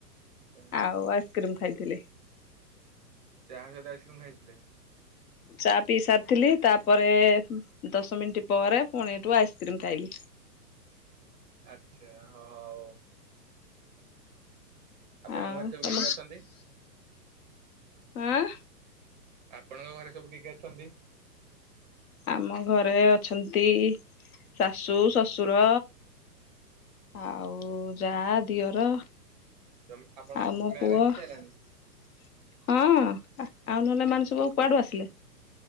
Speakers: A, on the right; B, on the left.
A: ଆଛା
B: ଆଉ ଆଇସ୍କ୍ରିମ ଖାଇଥିଲି।
A: ଚା ସହିତ ଆଇସକ୍ରିମ ଖାଇଥିଲେ?
B: ଚା ପିଇ ସାରିଥିଲି, ତାପରେ ଦଶ ମିନିଟ ପରେ ପୁଣି ଏଠୁ ଆଇସ୍କ୍ରିମ୍ ଖାଇଲି।
A: ଆଚ୍ଛା ହ ହଉ, ଆପଣଙ୍କ
B: ଆଉ
A: ଘରେ ସବୁ
B: ତମ
A: କିଏକିଏ ଅଛନ୍ତି?
B: ହାଁ।
A: ଆପଣଙ୍କ ଘରେ ସବୁ କିଏ କିଏ ଅଛନ୍ତି?
B: ଆମ ଘରେ ଅଛନ୍ତି ଶାଶୁ, ଶଶୁର ଆଉ ଯା ଦିଅର
A: ତମେ ଆପଣ
B: ଆଉ ମୋ
A: ମ୍ୟାରେଜ
B: ପୁଅ
A: ହେଇ ସାରିଲାଣି
B: ହଁ ଆଉ ନହେଲେ ଏମାନେ ସବୁ କୁଆଡୁ ଆସିଲେ?